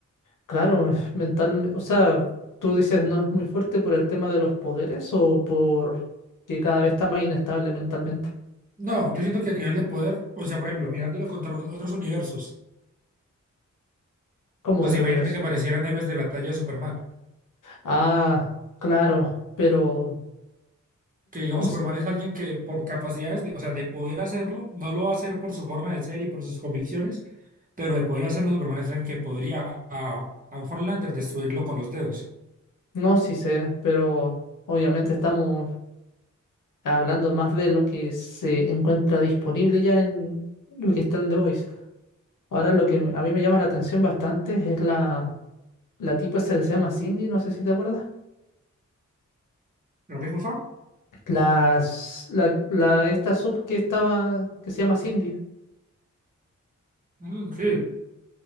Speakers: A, on the left; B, on the right.
A: claro, mental, o sea, tú dices no es muy fuerte por el tema de los poderes o por que cada vez está más inestable mentalmente,
B: No, yo siento que a nivel de poder, o sea, por ejemplo, mirándolo contra otros universos,
A: como
B: pues
A: otro
B: imagínate
A: universo.
B: que aparecieran héroes de la talla de Superman.
A: Ah, claro, pero
B: que digamos
A: o s-
B: Superman es alguien que por capacidades de, o sea, de poder hacerlo, no lo va a hacer por su forma de ser y por sus convicciones, pero de poder hacerlo, Superman es alguien que podría a, a un Homelander destruirlo con los dedos.
A: no, sí sé, pero obviamente estamos hablando más de lo que se encuentra disponible ya en lo que está en The Voice. Ahora lo que me- a mí me llama la atención bastante es la, la tipa esa que se llama Cindy, no sé si te acuerdas.
B: ¿Lo que cosa?
A: Las, la, la- esta sub que estaba, que se llama Cindy.
B: Mm, sí.